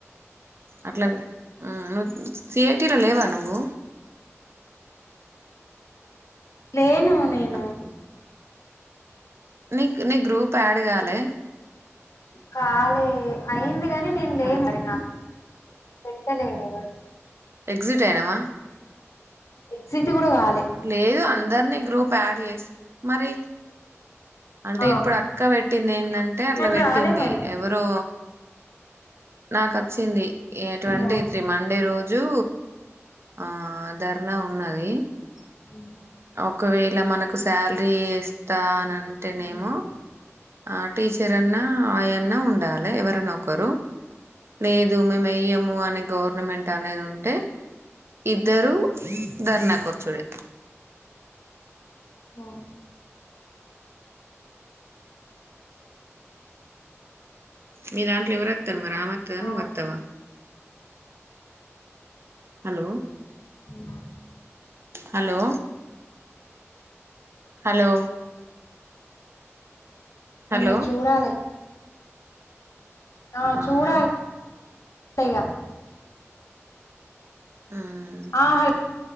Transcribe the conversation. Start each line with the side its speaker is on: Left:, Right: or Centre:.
Right: అట్లా హ్మ్మ్ సి ఐ టీ లో లేవా నువ్వు
Left: లేను నేను
Right: హలో నీ నీ గ్రూప్ యాడ్ కాలే లే
Left: కాలే అయిందిగా నేను లేను
Right: హలో
Left: మరి నాక్ పెడతలేరు ఎవరు
Right: ఎగ్జిట్ అయినావా
Left: ఎగ్జిట్ కూడా కాలే
Right: లేదు అందరినీ గ్రూప్ యాడ్ చేసి మరి అంటే
Left: ఆ
Right: ఇప్పుడు అక్క పెట్టింది ఏదంటే అట్లా
Left: నాకు
Right: పెట్టింది
Left: రాలే మరి
Right: ఎవరో నాకొచ్చింది ట్వంటీ
Left: ఆ
Right: త్రీ మండే రోజు ఆ ధర్నా ఉన్నది.
Left: హ్మ్మ్
Right: ఒకవేళ మనకు కు శాలరీ ఇస్తా అనన్ అంటేనేమో
Left: ఉమ్,
Right: ఆ టీచర్ ఎరన్నా ఆయన్నా ఉండాలి ఎవరన్నా ఒకరు లేదు మేము ఎయ్యము అనే గవర్నమెంట్ అనేది ఉన్ అంటే ఇద్దరు ధర్నాకచ్చుడే
Left: ఓ
Right: మీ దాంట్లో ఎవరత్తరు మరి మరమత్తద నవ్వు
Left: ఆ
Right: వత్తవా హలో
Left: ఉ
Right: హలో హలో హలో
Left: ఏ చూడాలే ఆ
Right: అవునా
Left: చూడాలి టె ఇగ
Right: మ్మ్
Left: ఆ హలో